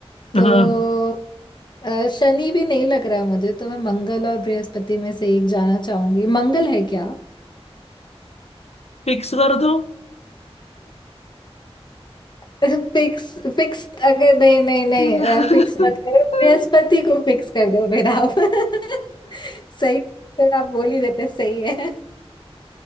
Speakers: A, on the left; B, on the left.
A: तो
B: हाँ
A: अ, शनि भी नहीं लग रहा मुझे तो मैं मंगल और बृहस्पति में से एक जाना चाहूंगी मंगल है क्या
B: फिक्स कर दो
A: <laughs> फिक्स फिक्स अगर नहीं नहीं नहीं
B: <laughs>
A: फिक्स मत करो बृहस्पति को फिक्स कर दो फिर आप <laughs> सही तो आप बोल ही देते सही है